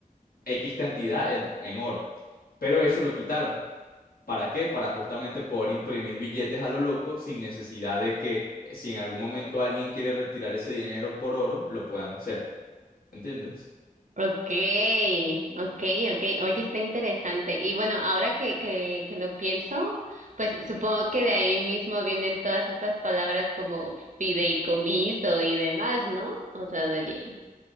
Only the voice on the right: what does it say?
Okay, okay, okay. Oye, está interesante. Y bueno, ahora que, que, que lo pienso, pues supongo que de ahí mismo vienen todas estas palabras como fideicomiso y demás, ¿no? O sea, del